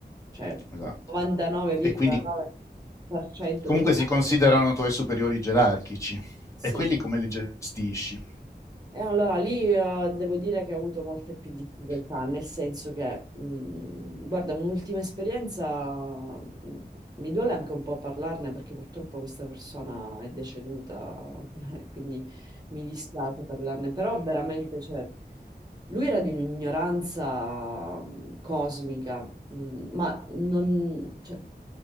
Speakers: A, on the right; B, on the left.
A: cioè
B: esatto.
A: il 99,9%
B: E quindi comunque
A: dei
B: si
A: casi,
B: considerano tuoi superiori gerarchici.
A: sì,
B: E quelli come li gestisci?
A: E allora lì eh, devo dire che ho avuto molte più difficoltà,
B: Perché-
A: nel senso che, mh, guarda, un'ultima esperienza, mh, mi duole anche un po' parlarne perché purtroppo questa persona è deceduta, <laughs> quindi mi dispiace parlarne, però veramente, cioè, lui era di un'ignoranza mh, cosmica, mh, ma non, cioè,